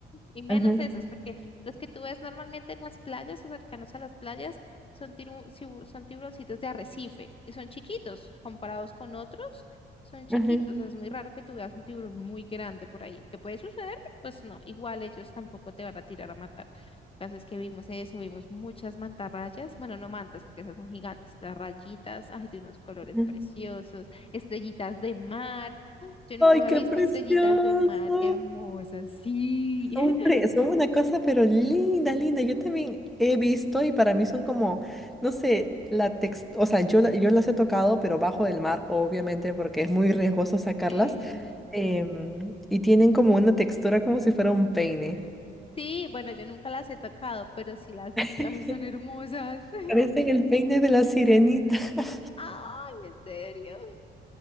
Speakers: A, on the left (about 30°); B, in the centre.
A: y menos
B: ajá,
A: esos, porque los que tú ves normalmente en las playas o cercanos a las playas son, tiru- ciu- son tiburoncitos de arrecife y son chiquitos comparados con otros, son chiquitos.
B: ajá,
A: O sea, es muy raro que tú veas un tiburón muy grande por ahí, que puede suceder, pero pues no, igual ellos tampoco te van a tirar a matar. Entonces que vimos eso, vimos muchas mantarrayas, bueno, no mantas porque esas son gigantes, las rayitas, ay, de unos colores
B: ajá.
A: preciosos, estrellitas de mar. Ay, Yo nunca
B: Ay,
A: había
B: qué
A: visto
B: precioso.
A: estrellitas de mar hermosas, sí.
B: Hombre,
A: <laughs>
B: son una cosa, pero linda, linda. Yo también he visto y para mí son como, no sé, la text, o sea, yo, la- yo las he tocado, pero bajo del mar, obviamente, porque es muy riesgoso sacarlas.
A: Sí,
B: em, y tienen como una textura como si fuera un peine.
A: sí, bueno, yo nunca las he tocado, pero sí las vi.
B: <laughs>
A: Ay, son hermosas. <laughs>
B: Parecen el peine de la sirenita. <laughs>
A: Ay, en serio.